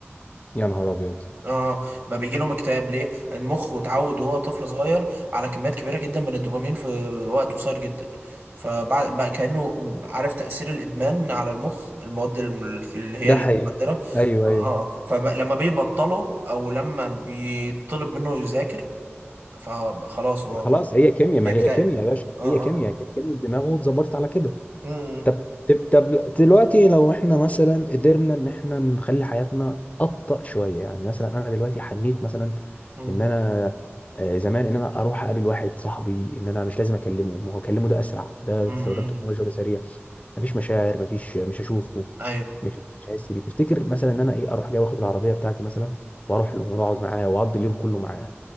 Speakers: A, on the left (about 30°); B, on the right (about 55°).
A: يا نهار ابيض
B: اه ما بيجي لهم اكتئاب ليه؟ المخ اتعود وهو طفل صغير على كميات كبيره جدا من الدوبامين في وقت قصير جدا فبعد بقى كانه عارف تاثير الادمان على المخ المواد الم- اللي هي
A: ده
B: المخدره
A: حقيقي ايوه
B: اه
A: ايوه
B: فلما بيبطلوا او لما بيطلب منه يذاكر فخلاص هو
A: خلاص
B: بقى
A: هي كيمياء
B: بيكتئب
A: ما هي كيمياء يا باشا
B: اه
A: هي كيمياء
B: اه اه
A: كيمياء الدماغ واتظبطت على كده
B: أمم،
A: طب طب طب دلوقتي لو احنا مثلا قدرنا ان احنا نخلي حياتنا ابطأ شويه يعني مثلا انا دلوقتي حنيت مثلا
B: أمم،
A: ان انا آه، زمان ان انا اروح اقابل واحد صاحبي ان انا مش لازم اكلمه ما هو اكلمه ده اسرع ده
B: أمم،
A: استخدام تكنولوجيا وده سريع مفيش مشاعر مفيش مش هشوفه
B: ايوه
A: مش مش هحس بيه تفتكر مثلا ان انا ايه اروح جاي واخد العربيه بتاعتي مثلا واروح له ونقعد معاه واقضي اليوم كله معاه